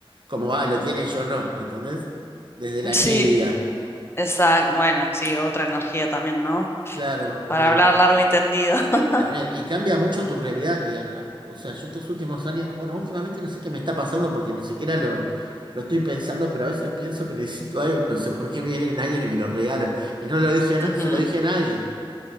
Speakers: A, on the right; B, on the left.
A: como, ah, lo tiene y yo no, ¿entendés? Desde la
B: <laughs>
A: envidia,
B: Sí, exacto. Bueno, sí, otra energía también, ¿no?
A: claro,
B: Para
A: eh,
B: hablar largo y tendido. <laughs>
A: también, y cambia mucho tu realidad, y, a- a- o sea, yo estos últimos años, bueno, últimamente no sé qué me está pasando porque ni siquiera lo, lo estoy pensando, pero a veces pienso que necesito algo, y no sé por qué me viene alguien y me lo regala, y no lo dije a na-
B: Ujú,
A: se lo dije a nadie,